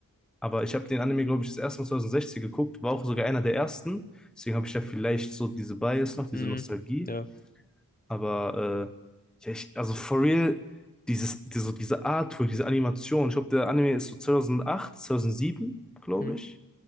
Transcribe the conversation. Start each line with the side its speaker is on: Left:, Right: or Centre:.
Centre: Aber ich habe den Anime, glaube ich, das erste Mal 2016 geguckt, war auch sogar einer der ersten. Deswegen habe ich ja vielleicht so diese Bias noch, diese
Left: Hm.
Centre: Nostalgie.
Left: Ja.
Centre: Aber äh, ja, ich, also for real, dieses, diese, diese Artwork, diese Animation, ich glaube, der Anime ist so 2008, 2007, glaube
Left: Hm.
Centre: ich.